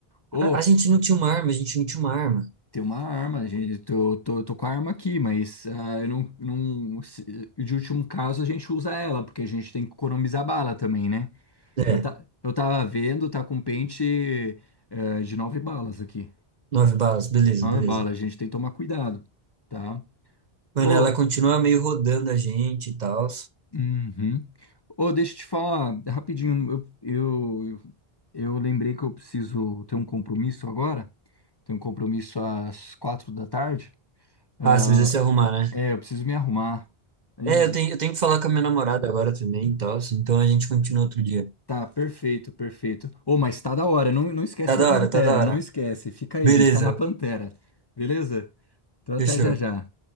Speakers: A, on the left; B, on the right.
A: Ô,
B: A, a gente não tinha uma arma, a gente não tinha uma arma.
A: Tem uma arma, gente. Tô, tô, tô com a arma aqui, mas ah, eu não, não, se- de último caso a gente usa ela, porque a gente tem que economizar bala também, né?
B: É,
A: Eu, tá, eu tava vendo, tá com pente eh, de nove balas aqui.
B: nove balas, beleza,
A: Nove
B: beleza.
A: balas, a gente tem que tomar cuidado, tá?
B: Mano,
A: Ô,
B: ela continua meio rodando a gente e tal.
A: uhum. Ô, deixa eu te falar, rapidinho, eu, eu, eu lembrei que eu preciso ter um compromisso agora. Tenho um compromisso às quatro da tarde. Ah,
B: Ah, você precisa se arrumar, né?
A: É, eu preciso me arrumar. Mas
B: É, eu tenho, eu tenho que falar com a minha namorada agora também e tal, então a gente continua outro dia.
A: Tá, perfeito, perfeito. Ô, mas tá da hora. Não, não esquece
B: Tá
A: da
B: da
A: Pantera,
B: hora, tá da hora.
A: não esquece. Fica aí,
B: Beleza.
A: gente. Tá na Pantera. Beleza? Então até
B: Fechou.
A: já já.